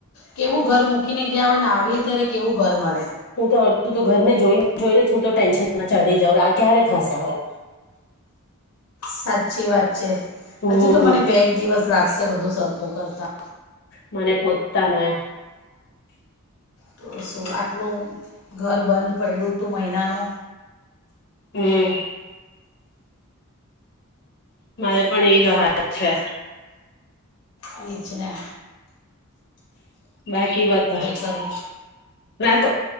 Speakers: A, on the left; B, on the left.
A: કેવું ઘર મૂકીને ગયા હોય ને આવીએ ત્યારે કેવું ઘર મળે.
B: હું તો અડધું તો ઘરને જોઈ જોઈને હું તો ટેન્શનમાં ચડી જાઉ કે આ ક્યારે થશે હવે.
A: સાચી વાત છે,
B: હમ
A: હજુ તો મને બે એક દિવસ લાગશે બધું સરખું કરતા.
B: મને પોતાને.
A: તો શું આટલું ઘર બંધ પડડ્યું હતું મહિનાનો.
B: હમ. મારે પણ એજ વાત છે.
A: એ જને.
B: બાકી વાત
A: કરી
B: નાતો.